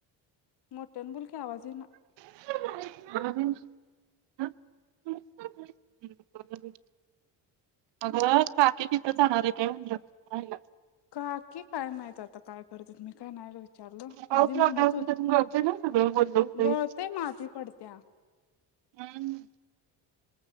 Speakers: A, on the left; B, on the right.
A: मोट्यान बोल की आवाज येईना.
B: <unintelligible> <unintelligible> अग काकी तिथं जाणार हाय काय म्हणलं आईला
A: काकी काय माहित आता काय करतेत मी काय नाही गं वि विचारलं
B: पाऊस
A: माझी
B: लागल्यावर
A: म्हणत होती
B: तिथून गळतंय ना सगळं वल्ल होतंय.
A: <unintelligible> गळतय माती पडतिया
B: हम्म.